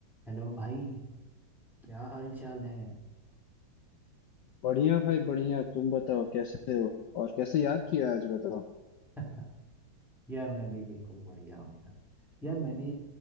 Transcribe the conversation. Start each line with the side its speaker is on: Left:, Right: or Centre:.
Centre: Hello भाई क्या हाल चाल है
Left: बढ़िया भाई बढ़िया तुम बताओ कैसे हो और कैसे याद किया आज बताओ
Centre: <laughs> यार मैं भी बिल्कुल बढ़िया हूँ यार यार मैंने